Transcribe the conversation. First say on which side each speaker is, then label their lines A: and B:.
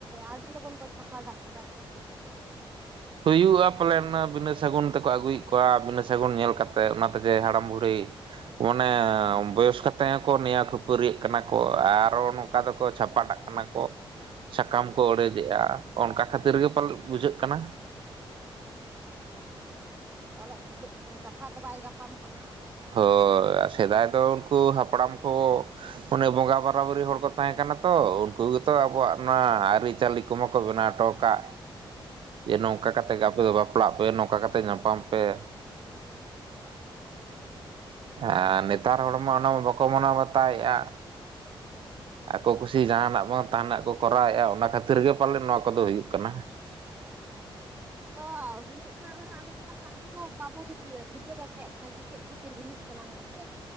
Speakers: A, on the right; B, on the right.
A: ᱟᱹᱰᱤ ᱞᱚᱜᱚᱱ ᱠᱚ ᱪᱷᱟᱯᱟᱰᱟᱜ ᱠᱟᱱᱟ ᱠᱚ ᱾
B: ᱦᱩᱭᱩᱜᱼᱟ ᱯᱟᱞᱮᱱ ᱚᱱᱟ ᱵᱤᱱᱟᱹ ᱥᱟᱹᱜᱩᱱ ᱛᱮᱠᱚ ᱟᱹᱜᱩᱭᱮᱜ ᱠᱚᱣᱟ, ᱵᱤᱱᱟᱹ ᱥᱟᱹᱜᱩᱱ ᱧᱮᱞ ᱠᱟᱛᱮᱫ ᱚᱱᱟ ᱛᱮᱡᱮ ᱦᱟᱲᱟᱢ ᱵᱩᱲᱦᱤ ᱚᱱᱮ ᱵᱚᱭᱚᱥ ᱠᱟᱛᱮᱫ ᱦᱚᱸᱠᱚ ᱱᱮᱭᱟ ᱠᱷᱟᱹᱯᱟᱹᱨᱤᱭᱟᱜ ᱠᱟᱱᱟ ᱠᱚ ᱟᱨᱚ ᱦᱚᱸ ᱱᱚᱠᱟ ᱫᱚᱠᱚ ᱪᱷᱟᱯᱟᱴᱟᱜ ᱠᱟᱱᱟ ᱠᱚ ᱥᱟᱠᱟᱢ ᱠᱚ ᱚᱲᱮᱡᱮᱜ ᱟ ᱚᱱᱠᱟ ᱠᱷᱟᱹᱛᱤᱨ ᱜᱮ ᱯᱟᱞᱮᱱ ᱵᱩᱡᱷᱟᱹᱜ ᱠᱟᱱᱟ,
A: ᱚᱻ ᱯᱟᱞᱮᱜ ᱵᱩᱡᱷᱟᱹᱜ ᱠᱟᱱᱟ ᱠᱟᱛᱷᱟ ᱠᱚ ᱵᱟᱭ ᱜᱟᱯᱟᱱ ᱠᱟᱱᱟ ᱾
B: ᱦᱳᱭ ᱥᱮᱫᱟᱭ ᱫᱚ ᱩᱱᱠᱩ ᱦᱟᱯᱲᱟᱢ ᱠᱚ ᱚᱱᱮ ᱵᱚᱸᱜᱟ ᱵᱟᱨᱟ ᱵᱟᱨᱤ ᱦᱚᱲ ᱠᱚ ᱛᱟᱦᱮᱸ ᱠᱟᱱᱟ ᱛᱚ ᱩᱱᱠᱩ ᱜᱮᱛᱚ ᱟᱵᱚᱣᱟᱜ ᱱᱚᱣᱟ ᱟᱹᱨᱤᱪᱟᱹᱞᱤ ᱠᱚᱢᱟ ᱠᱚ ᱵᱮᱱᱟᱣ ᱦᱚᱴᱚ ᱠᱟᱜ, ᱡᱮ ᱱᱚᱝᱠᱟ
A: ᱟᱪᱪᱷᱟ
B: ᱠᱟᱛᱮᱜ ᱜᱮ ᱟᱯᱮ ᱫᱚ ᱵᱟᱯᱞᱟᱜ ᱯᱮ ᱱᱚᱝᱠᱟ ᱠᱟᱛᱮ ᱧᱟᱯᱟᱢ ᱯᱮ ᱾
A: <unintelligible>
B: ᱟᱨ ᱱᱮᱛᱟᱨ ᱦᱚᱲ ᱢᱟ ᱚᱱᱟ ᱢᱟ ᱵᱟᱠᱚ ᱢᱟᱱᱟᱣ ᱵᱟᱛᱟᱣᱮᱜ-ᱟ ᱾ ᱟᱠᱚ ᱠᱩᱥᱤ ᱡᱟᱦᱟ ᱱᱟᱜ ᱵᱟᱝ ᱛᱟᱦᱟ ᱱᱟᱜ ᱠᱚ ᱠᱚᱨᱟᱣ ᱮᱫᱟ ᱚᱱᱟ ᱠᱷᱟᱹᱛᱤᱨ ᱜᱮ ᱯᱟᱞᱮ ᱱᱚᱣᱟ ᱠᱚᱫᱚ ᱦᱩᱭᱩᱜ ᱠᱟᱱᱟ ᱾ <unintelligible>
A: ᱟᱫᱚ ᱦᱩᱭᱩᱜ ᱠᱟᱱ ᱨᱮᱦᱚᱸ ᱟᱫᱚ ᱚᱱᱟ ᱫᱚ ᱟᱵᱚ ᱫᱚ ᱵᱟᱵᱚᱱ ᱴᱷᱤᱠᱟᱹ ᱫᱟᱲᱮᱭᱟᱜ ᱠᱟᱱᱟ ᱡᱮ ᱪᱮᱫ ᱪᱮᱫ ᱠᱷᱟᱹᱛᱤᱨ ᱦᱩᱭᱩᱜ ᱠᱟᱱᱟ ᱢᱮᱱᱛᱮ ᱾